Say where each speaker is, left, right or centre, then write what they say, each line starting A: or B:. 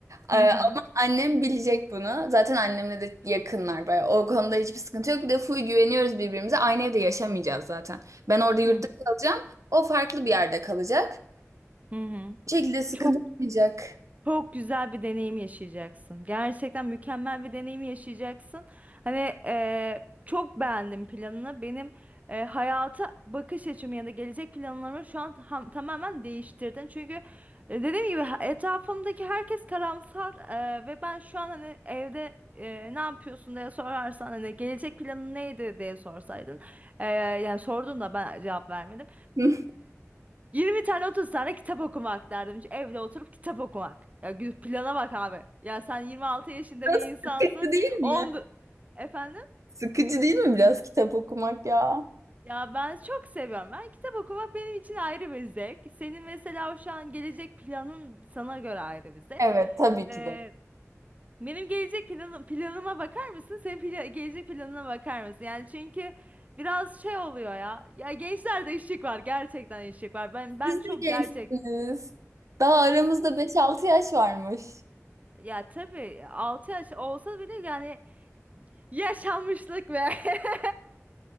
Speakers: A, on the right; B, on the right.
A: Ee,
B: Hı
A: ama
B: hı.
A: annem bilecek bunu. Zaten annemle de yakınlar bayağı. O konuda hiçbir sıkıntı yok. Bir de full güveniyoruz birbirimize. Aynı evde yaşamayacağız zaten. Ben orada yurtta
B: Hı hı.
A: kalacağım. O farklı bir yerde kalacak.
B: Hı hı.
A: Bu şekilde sıkıntı
B: Çok
A: olmayacak.
B: Çok güzel bir deneyim yaşayacaksın. Gerçekten mükemmel bir deneyim yaşayacaksın. Hani eee, çok beğendim planını. Benim eee, hayata bakış açımı ya da gelecek planlarımı şu an ham- tamamen değiştirdin. Çünkü e, dediğim gibi ha- etrafımdaki herkes karamsar eee, ve ben şu an hani evde eee, ne yapıyorsun diye sorarsan hani gelecek planın neydi diye sorsaydın. eee, yani sordun da ben cevap vermedim.
A: <laughs>
B: 20 tane 30 tane kitap okumak derdim. Şu evde oturup kitap okumak. Ya gü- plana bak abi. Ya sen 26 yaşında
A: Biraz
B: bir
A: Sıkıcı
B: insansın.
A: değil mi?
B: 10 Efendim?
A: Sıkıcı değil mi biraz kitap okumak ya?
B: Ya ben çok seviyorum. Ben kitap okumak benim için ayrı bir zevk. Senin mesela şu an gelecek planın sana göre ayrı bir zevk.
A: Evet tabii
B: Ee,
A: ki de.
B: benim gelecek planım, planıma bakar mısın? Senin pla- gelecek planına bakar mısın? Yani çünkü biraz şey oluyor ya. Ya gençlerde işçilik var. Gerçekten işçilik var. Ben ben
A: Siz
B: çok
A: de gençsiniz.
B: gerçek.
A: Daha aramızda beş altı yaş varmış.
B: Ya tabii 6 yaş olsa bile yani yaşanmışlık be. <laughs>